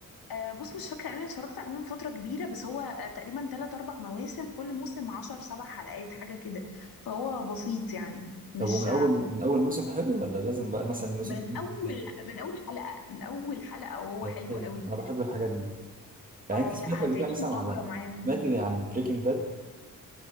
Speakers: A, on the left; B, on the right.
A: آه بص مش فاكرة اني اتفرجت عليه من فترة كبيرة بس هو آه تقريبا تلات أربع مواسم كل موسم عشر سبع حلقات حاجة كده فهو بسيط يعني مش
B: طب ومن اول من اول موسم حلو ولا لازم بقى مثلا الموسم
A: من
B: حلو
A: اول
B: التاني؟
A: من اول حلقه من اول حلقه وهو
B: طب
A: حلو
B: حلو
A: قوي
B: انا بحب الحاجات دي يعني
A: اه
B: انت سمعت
A: لا
B: قبل
A: هتعيش
B: كده مثلا
A: مغامره
B: على
A: معاهم
B: سمعت عن بريكنج باد؟